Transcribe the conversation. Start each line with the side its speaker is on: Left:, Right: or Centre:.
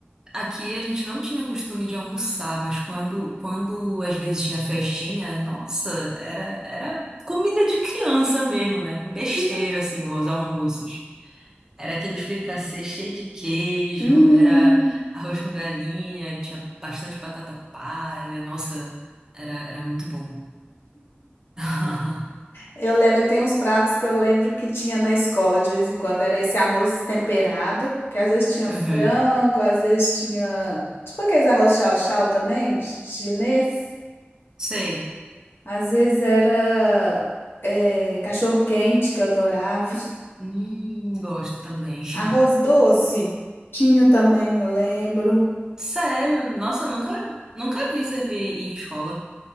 Right: aqui a gente não tinha costume de almoçar, mas quando, quando às vezes tinha festinha, nossa, era, era comida de criança mesmo, né? Com besteira,
Left: <laughs>
Right: assim, os almoços. Era aquele fricassê cheio de queijo,
Left: Hum.
Right: era arroz com galinha, que tinha bastante batata palha. Nossa, era, era muito bom. <laughs>
Left: Eu lembro, tem uns pratos que eu lembro que tinha na escola de vez em quando, era esse arroz temperado, que às vezes tinha
Right: Uhum.
Left: frango, às vezes tinha, tipo aqueles arroz chau-chau também, chinês.
Right: Sei.
Left: Às vezes era eh, cachorro-quente, que eu adorava.
Right: Hum, gosto também. <laughs>
Left: Arroz doce, tinha também, eu lembro.
Right: Sério? Nossa, nunca, nunca vi servir em escola.